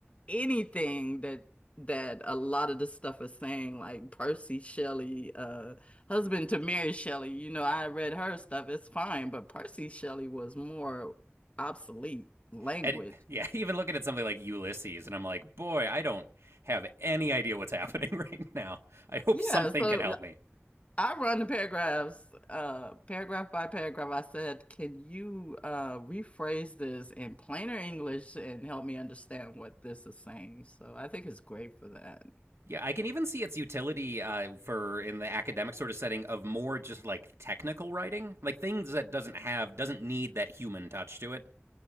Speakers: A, on the left; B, on the right.
A: anything that that a lot of the stuff is saying, like Percy Shelley, uh, husband to Mary Shelley. You know, I read her stuff. It's fine, but Percy Shelley was more obsolete language.
B: And yeah, even looking at something like Ulysses, and I'm like, boy, I don't have any idea what's happening <laughs> right now. I hope
A: Yeah,
B: something
A: so
B: can help me.
A: I run the paragraphs, uh, paragraph by paragraph. I said, "Can you uh, rephrase this in plainer English and help me understand what this is saying?" So I think it's great for that.
B: Yeah, I can even see its utility uh, for in the academic sort of setting of more just like technical writing, like things that doesn't have doesn't need that human touch to it.